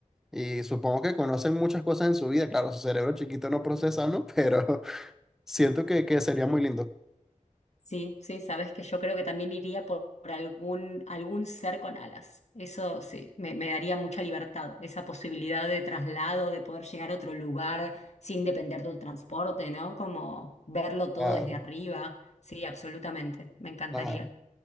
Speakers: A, in the centre; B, on the left.
A: y supongo que conocen muchas cosas en su vida, claro, su cerebro chiquito no procesa, ¿no? Pero <laughs> siento que, que sería muy lindo.
B: Sí, sí, sabes que yo creo que también iría por, por algún, algún ser con alas. Eso sí, me, me daría mucha libertad, esa posibilidad de traslado, de poder llegar a otro lugar sin depender del transporte, ¿no? Como verlo todo
A: Claro,
B: desde arriba. Sí, absolutamente, me encantaría.
A: claro.